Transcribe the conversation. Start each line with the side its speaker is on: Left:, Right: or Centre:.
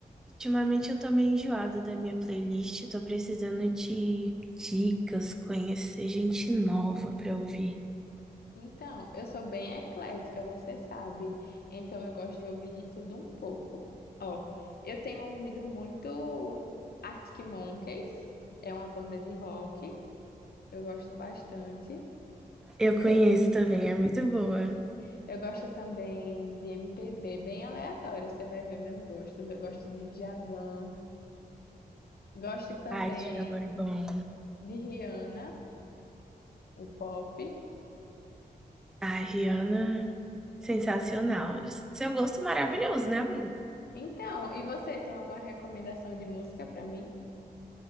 Centre: Ultimamente eu tô meio enjoada da minha playlist, tô precisando de dicas, conhecer gente nova pra ouvir.
Left: Então, eu sou bem eclética, você sabe. Então, eu gosto de ouvir de tudo um pouco. Ó, eu tenho ouvido muito Arctic Monkeys, é uma banda de rock, eu gosto bastante.
Centre: Eu conheço
Left: Eu,
Centre: também, é muito boa.
Left: Isso. Eu gosto também de MPB, bem aleatório, você vai ver meus gostos. Eu gosto de Djavan, gosto também
Centre: Ai, Djavan é bom.
Left: de Rihanna, o pop.
Centre: Ai, Rihanna, sensacional. Seu gosto maravilhoso, né, amiga?
Left: Então, e você tem alguma recomendação de música para mim?